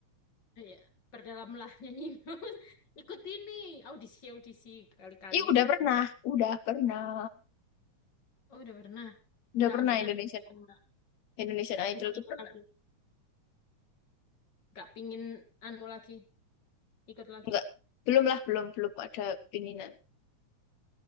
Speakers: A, on the left; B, on the left.
A: Eh, Ya, berdalamlah nyanyi. <laughs> Ikut ini audisi audisi kali-kali.
B: Ih, udah pernah,
A: Kejam.
B: udah pernah,
A: Oh udah pernah.
B: udah
A: Nggak
B: pernah
A: nggak ny-
B: Indonesian
A: nggak
B: Indonesian Idol
A: nggak
B: tuh
A: ini
B: pernah.
A: lagi. Nggak pingin anu lagi. Ikut lagi.
B: Enggak, belum lah, belum belum ada pinginan